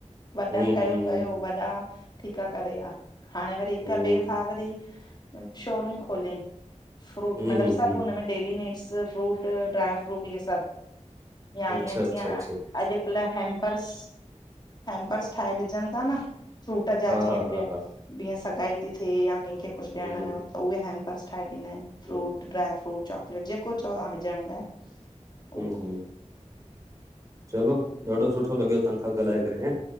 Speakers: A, on the left (about 35°); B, on the right (about 25°).
A: वॾन
B: हूं
A: कयो
B: हूं
A: कयो वॾा ठीक आ करे व्या। हाणे वरी हिक
B: हूं
A: ॿे भा वरी शोरूम खोलियई। फ्रूट
B: हूं
A: मतलब
B: हूं
A: सभ
B: हूं
A: हुन में daily needs fruit dry fruit इहे सभ। या
B: अच्छा
A: ईअं
B: अच्छा
A: जीअं
B: अच्छा
A: अॼकल्ह ह हेम्पर्स हैम्पर्स ठाहे ॾिजन ता न। फ्रूट जा
B: हा
A: जीअं,
B: हा हा हा
A: जीअं सगाई थी थिए या कंहिंखे कुझु
B: हूं
A: ॾियणु हुयूं। त उहे हैम्पर्स ठाहे ॾींदा आहिनि फ्रूट,
B: हूं
A: ड्राइ फ्रूट, चॉकलेट जेको चओ तव्हां विझणु लाइ।
B: हूं,
A: उहो
B: हूं चलो ॾाढो सुठो लॻे तव्हांखां ॻाल्हाए करे हे।